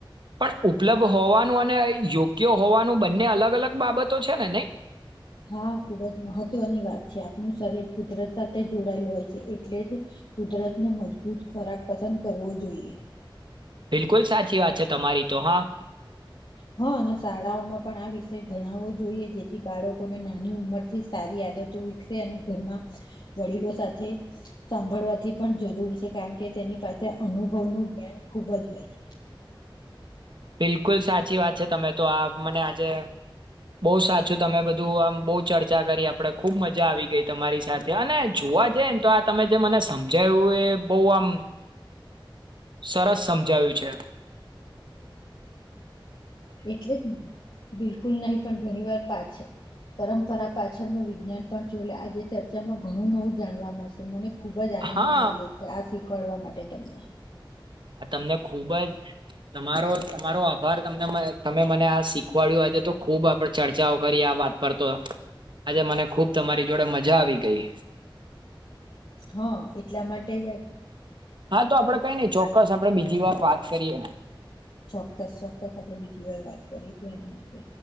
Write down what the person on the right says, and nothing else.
પણ ઉપલબ્ધ હોવાનું અને યોગ્ય હોવાનું બંને અલગ અલગ બાબતો છે ને, નહી?
બિલકુલ સાચી વાત છે તમારી તો હા.
બિલકુલ સાચી વાત છે તમે તો આ મને આજે બહુ સાચું તમે બધું આમ બહુ ચર્ચા કરી આપણેે ખુબ મજા આવી ગઈ તમારી સાથે અને જોવા જઈને તો આ તમે જે મને સમજાયુંય બહ આમ સરસ સમજાવ્યું છે. છે.
હા
આ તમને ખૂબ જ તમારો તમારો આભાર તમને તમે મને આ શીખવાડ્યું આજે તો ખૂબ આપણે ચર્ચાઓ કરી આ વાત પર તો આજે મને ખૂબ તમારી જોડે મજા આવી ગઈ.
હા તો આપડ કઈ નઈ છો ચોક્કસ આપડે બીજી વાર વાત કરીએ